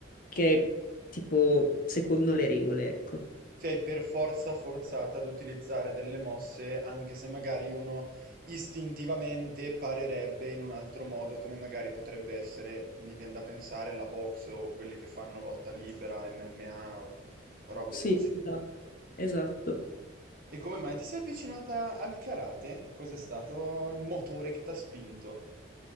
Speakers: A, on the left; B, on the right.
A: che è tipo secondo le regole, ecco.
B: sei per forza forzato ad utilizzare delle mosse, anche se magari uno istintivamente parerebbe in un altro modo, come magari potrebbe essere, mi viene da pensare, la box o quelli che fanno lotta libera, MMA o robe
A: Sì,
B: del genere.
A: Esatto. Esatto.
B: E come mai ti sei avvicinata al karate? Cos'è stato il motore che ti ha spinto?